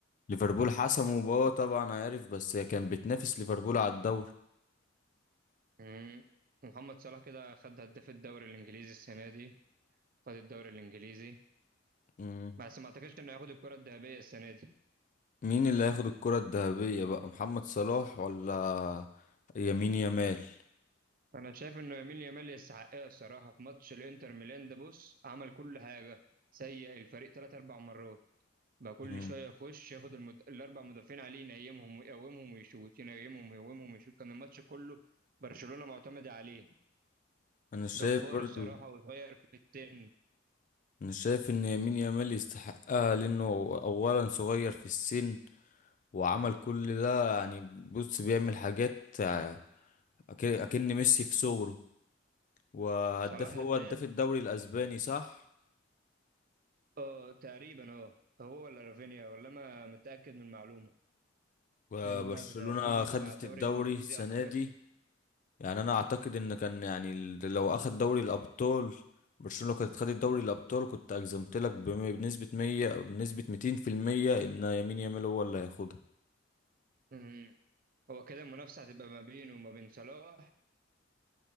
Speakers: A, on the left; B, on the right.
A: ليفربول حسموا اه طبعا عارف بس هي كانت بتنافس ليفربول على الدوري
B: مم. محمد صلاح كده خد هداف الدوري الانجليزي السنه دي خد الدوري الانجليزي
A: مم.
B: بس ما اعتقدش انه ياخد الكره الذهبيه السنه دي
A: مين اللي هياخد الكرة الذهبية بقى محمد صلاح ولا يمين يامال
B: انا شايف انه يمين يامال يستحقها الصراحه في ماتش الانتر ميلان ده بص عمل كل حاجه سيء الفريق ثلاث اربع مرات بقى كل
A: مم.
B: شويه يخش ياخد المد... الاربع مدافعين عليه ينيمهم ويقومهم ويشوت ينيمهم ويقومهم ويشوت كان الماتش كله برشلونه معتمده عليه
A: انا شايف
B: جبار
A: برضو
B: الصراحه وصغير في السن
A: انا شايف ان يمين يامال يستحقها لانه اولا صغير في السن وعمل كل ده يعني بص بيعمل حاجات ع- أك- اكن ميسي في صغره وهداف
B: صلاح
A: هو
B: هداف
A: هداف الدوري الاسباني صح
B: اه تقريبا اه هو ولا رافينيا ولا انا متاكد من المعلومه
A: وبرشلونة
B: لان انا بتركيزي بيبقى
A: خدت
B: على الدوري
A: الدوري
B: الانجليزي
A: السنة
B: اكتر
A: دي يعني انا اعتقد ان كان يعني ال- لو اخد دوري الابطال برشلونة لو كانت خدت دوري الابطال كنت اجزمت لك بم- بنسبة 100 بنسبة 200% ان يمين يامال هو اللي هياخدها
B: امم هو كده المنافسه هتبقى ما بينه وما بين صلاح